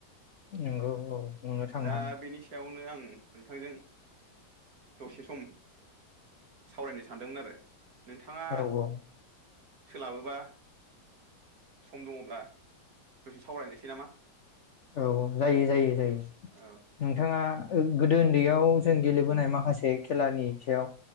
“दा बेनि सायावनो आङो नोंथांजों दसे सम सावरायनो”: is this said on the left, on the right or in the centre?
Right